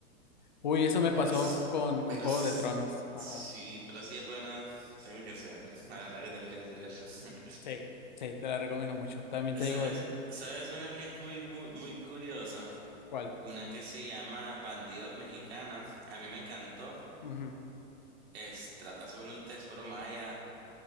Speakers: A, on the left; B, on the right.
A: Uy, eso me
B: pero,
A: pasó
B: s-
A: con, con
B: pero
A: Juego
B: s-
A: de Tronos. Ajá.
B: sí, pero sí es buena, tengo que hacerlo. <laughs> La verdad que tengo que hacerlo. <laughs>
A: Sí. Sí, te la recomiendo mucho. También
B: ¿Sabes?
A: te digo el-
B: ¿Sabes una que es muy, muy, muy curiosa?
A: cuál.
B: Una que se llama Bandidos Mexicanas. A mí me encantó.
A: Ujú.
B: Es, trata sobre un tesoro maya